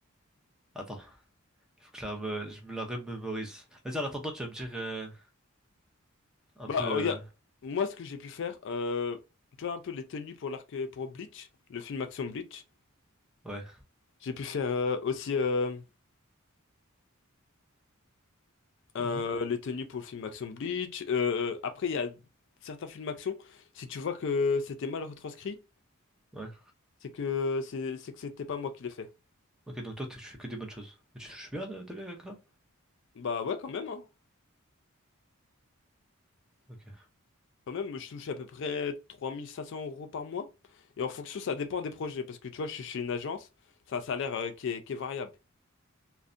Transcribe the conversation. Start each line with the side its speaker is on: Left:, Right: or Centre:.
Centre: Attends, il faut que je la, me- je me la remémorise. Vas-y, en attendant, tu vas me dire euh, un
Left: Bah,
Centre: peu. euh,
Left: regarde, moi, ce que j'ai pu faire, euh, tu vois, un peu les tenues pour l'arc, pour Bleach, le film Action Bleach.
Centre: Ouais,
Left: J'ai pu faire euh, aussi. euh, Euh,
Centre: ouais,
Left: les tenues pour le film Action Bleach. Euh, après, il y a certains films Action. Si tu vois que c'était mal retranscrit,
Centre: ouais.
Left: c'est que c'est c'est que c'était pas moi qui l'ai fait.
Centre: Ok, donc toi, tu tu fais que des bonnes choses. Et Tu touches bien, euh, t'es bien avec ça?
Left: Bah ouais, quand même, hein.
Centre: Ok.
Left: Quand même, je touche à peu près 3500 euros par mois. Et en fonction, ça dépend des projets. Parce que tu vois, je suis chez une agence, c'est un salaire euh, qui est, qui est variable.